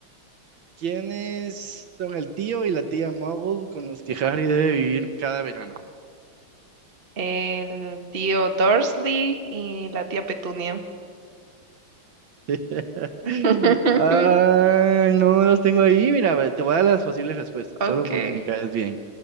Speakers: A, on the right; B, on the right.
A: ¿Quiénes son el tío y la tía Muggle con los que Harry debe vivir cada verano?
B: El tío Dursley y la tía Petunia.
A: <laughs>
B: <laughs>
A: Ah, no los tengo ahí. Mira, ve, te voy a dar las posibles respuestas,
B: Okay,
A: solo porque me caes bien.